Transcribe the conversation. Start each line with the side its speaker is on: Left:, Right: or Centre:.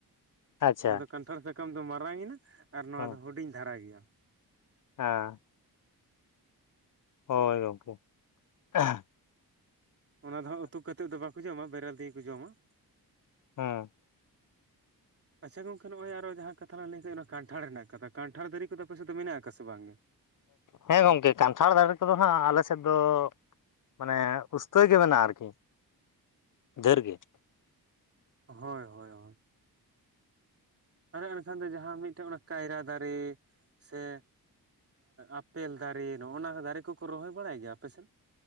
Right: ᱾
Left: ᱟᱪᱪᱷᱟ
Right: ᱟᱫᱚ ᱠᱟᱱᱴᱷᱟᱲ ᱥᱟᱠᱟᱢ ᱫᱚ ᱢᱟᱨᱟᱝᱮᱱᱟ ᱟᱨ ᱱᱚᱣᱟ
Left: ᱦᱮᱸ
Right: ᱫᱚ ᱦᱩᱰᱤᱧ ᱫᱷᱟᱨᱟ ᱜᱮᱭᱟ ᱾
Left: ᱦᱮᱸ ᱾ ᱦᱳᱭ ᱜᱚᱝᱠᱮ ᱾
Right: ᱚᱱᱟ ᱫᱚ ᱦᱟᱸᱜ ᱩᱛᱩᱜ ᱠᱟᱛᱮᱫ ᱫᱚ ᱵᱟᱠᱚ ᱡᱚᱢᱟ ᱵᱮᱨᱮᱞ ᱛᱤᱜᱤ ᱠᱚ ᱡᱚᱢᱟ ᱾
Left: ᱦᱮᱸ ᱾
Right: <unintelligible> ᱟᱪᱪᱷᱟ ᱜᱚᱝᱠᱮ ᱱᱚᱜᱼᱚᱭ ᱟᱨᱚ ᱡᱟᱦᱟᱸ ᱠᱟᱛᱷᱟ ᱞᱟᱝ ᱞᱟᱹᱭ ᱠᱮᱫ ᱚᱱᱟ ᱠᱟᱱᱴᱷᱟᱲ ᱨᱮᱱᱟᱜ ᱠᱟᱛᱟ ᱠᱟᱱᱴᱷᱟᱲ ᱫᱟᱨᱤ ᱠᱚᱫᱚ ᱟᱯᱮᱥᱮᱫ ᱫᱚ ᱢᱮᱱᱟᱜ ᱟᱠᱟ ᱥᱮ ᱵᱟᱝᱜᱮ?
Left: ᱦᱮᱸ ᱜᱚᱝᱠᱮ ᱠᱟᱱᱴᱷᱟᱲ ᱫᱟᱨᱮ ᱠᱚᱫᱚ ᱦᱟᱸᱜ ᱟᱞᱮ ᱥᱮᱫ ᱫᱚ ᱢᱟᱱᱮ ᱩᱥᱛᱟᱹᱭ ᱜᱮ ᱢᱮᱱᱟᱜᱼᱟ ᱟᱨᱠᱤ ᱰᱷᱮᱨ ᱜᱮ ᱾
Right: ᱦᱳᱭ ᱦᱳᱭ ᱦᱳᱭ ᱾ ᱮᱱᱮ ᱮᱱᱮᱠᱷᱟᱱ ᱫᱚ ᱡᱟᱦᱟᱸ ᱢᱤᱫᱴᱮᱱ ᱚᱱᱟ ᱠᱟᱭᱨᱟ ᱫᱟᱨᱮ ᱥᱮ ᱟᱯᱮᱞ ᱫᱟᱨᱮ ᱱᱚᱜᱚᱱᱟ ᱫᱟᱨᱮ ᱠᱚᱠᱚ ᱨᱚᱦᱚᱭ ᱵᱟᱲᱟᱭ ᱜᱮᱭᱟ ᱟᱯᱮᱥᱫ?